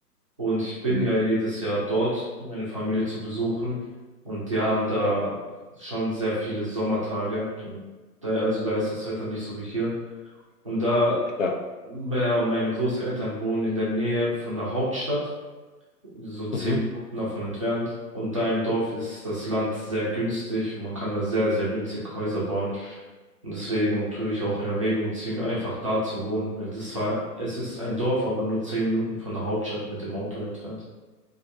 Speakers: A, on the right; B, on the left.
A: Und ich bin
B: Mhm.
A: ja jedes Jahr dort, meine Familie zu besuchen. Und die haben da
B: Mhm,
A: schon sehr viele Sommertage. Und da, also da ist das Wetter nicht so wie hier. Und da,
B: Klar.
A: ja, und meine Großeltern wohnen in der Nähe von der Hauptstadt so zehn
B: Mhm.
A: Minuten davon entfernt. Und da im Dorf ist das Land sehr günstig und man kann da sehr, sehr günstig Häuser bauen. Und deswegen tue ich auch in Erwägung ziehen, einfach da zu wohnen, weil das war, es ist ein Dorf, aber nur zehn Minuten von der Hauptstadt mit dem Auto entfernt.